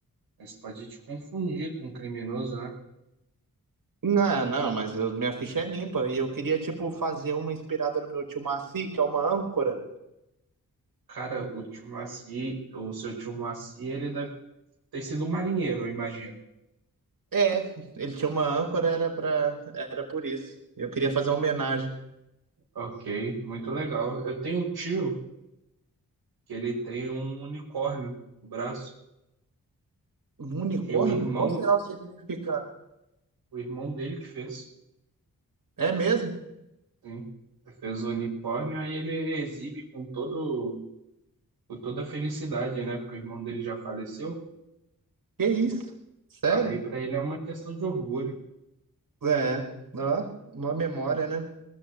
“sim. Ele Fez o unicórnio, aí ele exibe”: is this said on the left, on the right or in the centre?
Right